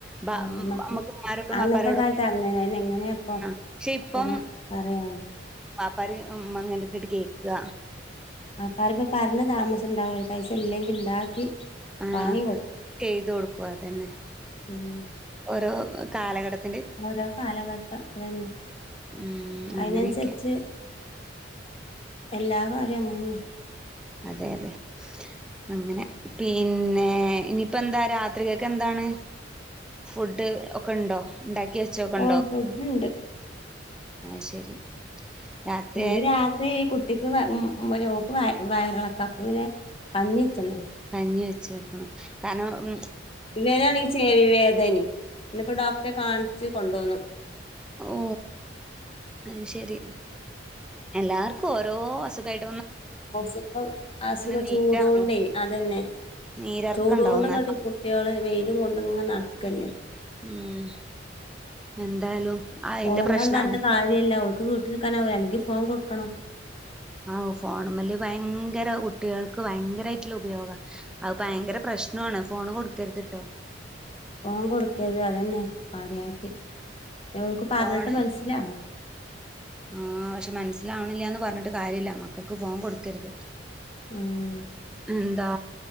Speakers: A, in the centre; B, on the left.
A: ബ
B: ആഹ്
A: ഉം
B: നമക്ക്
A: മ്മക്ക് ഉമ്മനോടും
B: അന്നത്തെ
A: ബാപ്പനോടൊക്കെ
B: കാലത്ത് അങ്ങനെന്നെ എങ്ങനെപ്പൊ
A: ആ പപക്ഷെ ഇപ്പം
B: പിന്നെ പറയാന്ന്
A: പാപ്പാര് ഉം അങ്ങനക്കങ്ങട്കേക്കുക
B: പാപ്പാര്പറഞ്ഞ താമസ പ ഉണ്ടാവും പൈസ ഇല്ലെങ്കി ഇണ്ടാക്കി
A: ആ
B: വാങ്ങി കൊടുക്കും
A: ചെയ്ത് കൊടുക്കു അതന്നെ
B: ഉം
A: ഓരോ ഒ കാലഘട്ട
B: ഓരോ കാലഘട്ട <unintelligible>
A: ഉം
B: അതിനനുസരിച്ച്
A: അങ്ങനെയൊക്കെ
B: എല്ലാ കാര്യവും അങ്ങനെ ന്നെ
A: അതെ അതെ അങ്ങനെ പിന്നെ ഇനിപ്പോ എന്താ രാത്രി കൊക്കെ എന്താണ് ഫുഡ് ഒക്കെ ഉണ്ടോ? ണ്ടാക്കി വെച്ചോക്കണ്ടോ?
B: ഓ ഫുഡ്ണ്ട്
A: അത് ശരി രാത്രിയായ
B: ഇവരാതേകുട് ഒറ്റക് ഓക്ക് വയറിളക്കം അപ്പ പിന്നെ കഞ്ഞി വച്ചണ്
A: ഞ്ഞിവെച്ച് കൊടുക്കണം കാരണം മ്
B: ഇവനാണെങ്കി ചെവി വേദനി ഇന്നിപ്പോ ഡോക്ടറെ കാണിച്ചു കൊണ്ടുവന്നു
A: ഓ അത്ശരി എല്ലാർക്കും ഓരോ അസുഖായി
B: അസുഖം അസുഖ
A: നീരെറങ്ങും
B: ചൂടൊണ്ടേ അതന്നെ
A: നീരെറക്കം
B: ചൂടൊണ്ട്
A: ഉണ്ടാവും നല്ല
B: കുട്ടികള് വെയിലും കൊ അങ്ങനടക്കല്ലേ
A: ഉം എന്തായാലും ആ അയിന്റെ
B: പോവണ്ടാന്ന്
A: പ്രശ്നാണ്
B: പറഞ്ഞിട്ട കാര്യല്ല അവക്ക് വീട്ടിൽക്കാനാവുല അല്ലെങ്കിൽ ഫു ഫോൺ കൊടുക്കണം
A: ആ ഫോണ മല് ഭയങ്കര കുട്ടികൾക്ക് ഭയങ്കരമായിട്ടുള്ള ഉപയോഗം അത് ഭയങ്കര പ്രശ്നമാണ് ഫോണ് കൊടുക്കരുത്തിട്ടോ
B: ഫോൺ കൊടുക്കരുത് അതന്നെ കാര്യായിട്ട് ന്നെഇവർക്ക് പറഞ്ഞിട്ട്
A: ഫോണ്
B: മനസ്സിലാവ
A: ആ പക്ഷെ മനസ്സിലാവണില്ലാന്ന് പറഞ്ഞിട്ട് കാര്യമില്ല മക്കൾക്ക് ഫോൺ കൊടുക്കരുത്
B: ആഹ്
A: ഉം ന്താ